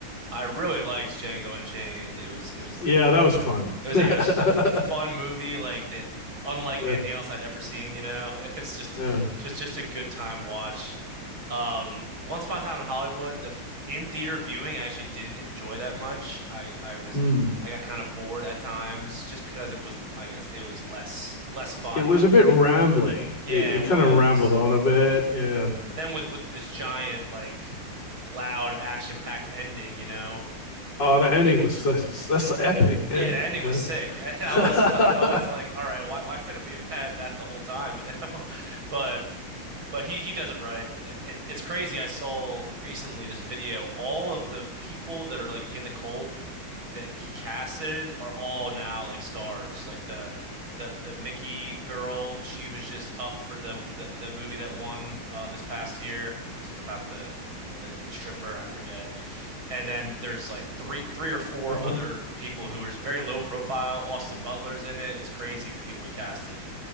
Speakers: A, on the right; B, on the left.
A: I really liked Django Unchained. It was it was
B: yeah. That was fun. <laughs>
A: it was yeah, it was just a f fun movie like that, unlike anything
B: Yeah,
A: else I'd ever seen. You know, <laughs> it was just
B: yeah.
A: just just a good time watch. Um, Once Upon a Time in Hollywood, the f- in theater viewing, I actually didn't enjoy that much. I I was
B: Hmm.
A: I got kind of bored at times just because it was I guess it was less less fun.
B: It was
A: Not
B: a bit rambling.
A: yeah,
B: It it
A: it
B: kind
A: was.
B: of rambled on a bit. Yeah.
A: But then with with this giant like loud action packed ending, you know.
B: Oh, the ending was such, that's an epic ending,
A: Yeah, the ending
B: man.
A: was sick. <laughs> And
B: <laughs>
A: I
B: uh,
A: was I was like, all right, why why couldn't we have had that the whole time, you know? <laughs> But but he he does it right. It, it- it's crazy. I saw recently this video. All of the people that are like in the cult that he casted are all now like stars. Like the the the Mickey girl, she was just up for the the, the movie that won uh, this past year. It was like about the the the stripper, I forget. And then there's like three three or four
B: Uh-huh.
A: other people who are just very low profile. Austin Butler's in it. It's crazy the people he casted.